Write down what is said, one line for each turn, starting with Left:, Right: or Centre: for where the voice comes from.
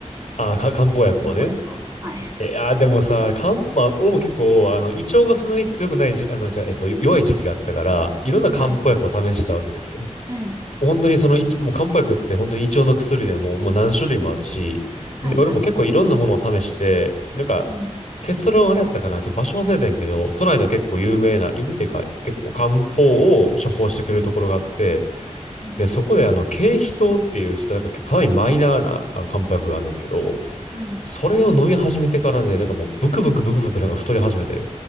Left: あ、か、漢方薬をね。
Right: 公約を。はい。
Left: え、あ、でもさ、漢、まあ、俺も結構、あの、胃腸がそんなに強くないじ、あの、じゃあ、えっと、弱い時期があったから、いろんな漢方薬を試したわけですよ。
Right: <laughs> はいはい。うん。
Left: 本当にその一、いちもう漢方薬って本当に胃腸の薬でももう何種類もあるし、
Right: うん。はいはい。
Left: で、俺も結構いろんなものを試して、なんか、
Right: うん。
Left: 結論あれやったかな、ちょっと場所忘れてんけど、都内の結構有名な、有名っていうか、結構漢方を処方してくれるところがあって、
Right: うん。うん。
Left: で、そこであの、桂皮糖っていう、ちょっとなんかかなりマイナーなあの漢方薬があんねんけど、
Right: うん。
Left: それを飲み始めてからね、なんかもうブクブクブクブクなんか太り始めて、